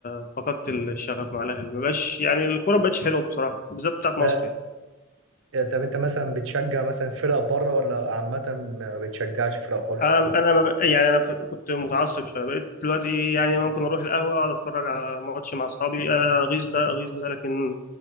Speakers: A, on the left (about 40°); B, on the right (about 60°).
A: فقدت الشغف مع الاهلي ما بقاش يعني الكوره ما بقتش حلوه بصراحه بالذات بتاعت مصر
B: ده
A: يعني
B: آه، طب انت مثلا بتشجع مثلا فرق بره ولا عامة ما بتشجعش فرق خالص
A: انا انا ما بق- يعني انا ف- كنت متعصب شويه بقيت دلوقتي يعني ممكن اروح القهوه اقعد اتفرج على ماتش مع اصحابي آه، اغيظ ده اغيظ ده لكن